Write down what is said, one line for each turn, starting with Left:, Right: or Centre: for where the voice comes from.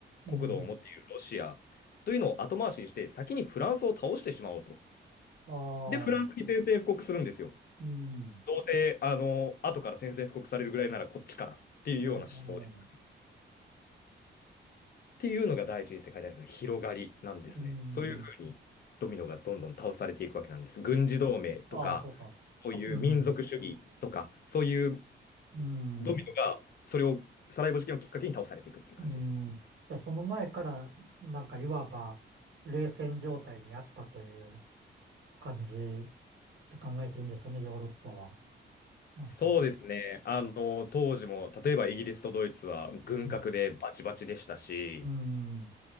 Right: うん
Left: 国土を持っているロシアというのを後回しにして先にフランスを倒してしまおうと。
Right: ああ、
Left: で、フランスに宣戦布告するんですよ。
Right: うん。
Left: どうせあの後から宣戦布告されるぐらいならこっちからっていうような思想です。
Right: ええ、
Left: っていうのが第一次世界大戦の広がりなんですね。
Right: うん。
Left: そういうふうにドミノがどんどん倒されていくわけなんです。軍事同盟とか
Right: ああ、そうか。
Left: そういう民族主義とか、
Right: うん、う
Left: そういう
Right: ん、
Left: ドミノが、それを、サラエボ事件をきっかけに倒されていくっていう感じですね。
Right: うん。じゃあその前から、なんかいわば、冷戦状態にあったという感じって考えていいんですよね、ヨーロッパは。なんか、
Left: そうですね。あの、当時も、例えばイギリスとドイツは軍拡でバチバチでしたし、
Right: うん、うん、